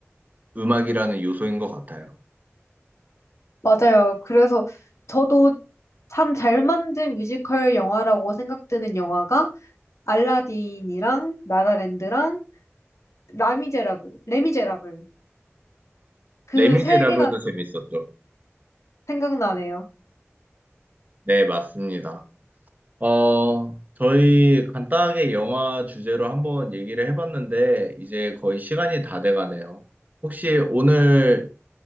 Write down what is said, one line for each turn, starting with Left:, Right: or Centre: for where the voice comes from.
Right: 음악이라는 요소인 것 같아요.
Left: 맞아요. 그래서 저도 참 잘 만든 뮤지컬 영화라고 생각드는 영화가 알라딘이랑 나라랜드랑 라미제라블, 레미제라블 그
Right: 레미제라블도
Left: 세 개가
Right: 재밌었죠.
Left: 생각나네요.
Right: 네, 맞습니다. 어, 저희 간단하게 영화 주제로 한번 얘기를 해봤는데, 이제 거의 시간이 다 돼가네요. 혹시 오늘